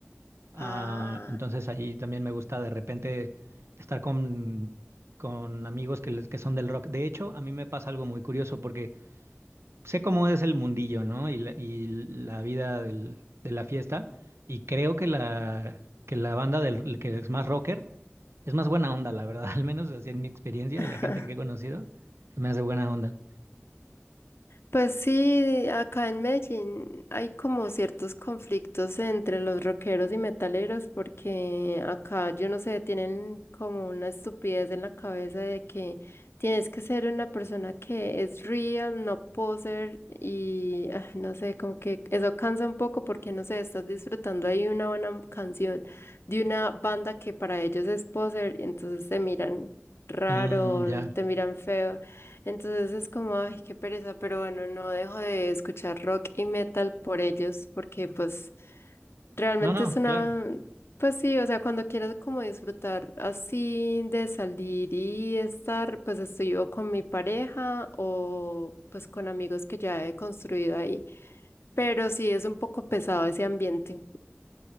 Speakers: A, on the right; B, on the left.
A: ah,
B: Ah.
A: entonces ahí también me gusta de repente estar con, con amigos que, les- que son del rock. De hecho, a mí me pasa algo muy curioso porque sé cómo es el mundillo, ¿no? Y la, y la vida del- de la fiesta, y creo que la, que la banda del, que es más rocker Es más buena onda, la verdad, <laughs> al menos así en mi experiencia
B: <laughs>
A: y la gente que he conocido, me hace buena onda.
B: Pues sí, acá en Medellín hay como ciertos conflictos entre los rockeros y metaleros porque acá, yo no sé, tienen como una estupidez en la cabeza de que tienes que ser una persona que es real, no poser y ah, no sé, como que eso cansa un poco porque no sé, estás disfrutando ahí una buena canción de una banda que para ellos es poser, entonces te miran raro,
A: Mm, ya.
B: te miran feo. Entonces es como, ay, qué pereza, pero bueno, no dejo de escuchar rock y metal por ellos, porque pues realmente
A: No, no,
B: es una,
A: claro.
B: pues sí, o sea, cuando quiero como disfrutar así de salir y estar, pues estoy o con mi pareja o pues con amigos que ya he construido ahí, pero sí es un poco pesado ese ambiente.